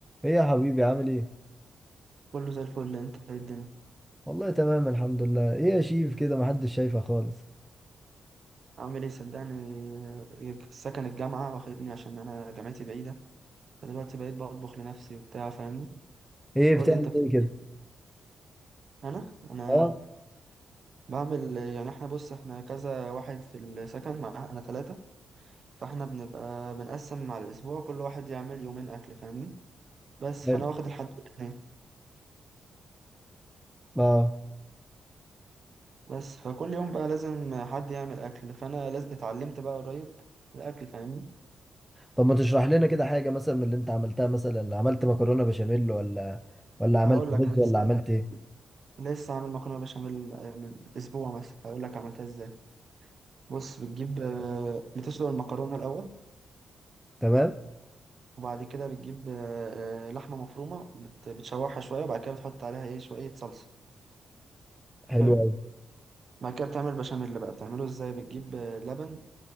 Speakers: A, in the centre; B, on the right.
A: ايه يا حبيبي عامل ايه؟
B: كله زي الفل انت ايه الدنيا
A: والله تمام الحمد لله، ايه يا شيف كده محدش شايفه خالص،
B: عامل ايه صدقني آه، سكن الجامعة واخدني عشان انا جامعتي بعيدة فدلوقتي بقيت بطبخ لنفسي وبتاع فاهمني
A: ايه
B: قول
A: بتعمل
B: لي انت بتعمل
A: ايه كده؟
B: ايه انا انا
A: اه
B: بعمل يعني احنا بص احنا كذا واحد في السكن مع انا ثلاثة فاحنا بنبقى بنقسم على الاسبوع كل واحد يعمل يومين اكل فاهمني بس
A: حلو
B: فانا واخد الحد الاثنين
A: اه
B: بس فكل يوم بقى لازم حد يعمل اكل فانا لازم اتعلمت بقى قريب الاكل فاهمني
A: طب ما تشرح لنا كده حاجة مثلا من اللي انت عملتها مثلا عملت مكرونة بشاميل ولا ولا عملت
B: هقول
A: رز
B: لك انا لسه
A: ولا عملت ايه؟
B: لسه عامل مكرونه بشاميل آه، من اسبوع مثلا هقول لك عملتها ازاي بص بتجيب آه، بتسلق المكرونه الاول
A: تمام؟
B: وبعد كده بتجيب آه، آه، لحمه مفرومه بت- بتشوحها شويه وبعد كده بتحط عليها ايه شويه صلصه
A: حلو
B: حلو
A: قوي
B: بعد كده بتعمل بشاميل بقى بتعمله ازاي بتجيب آه، لبن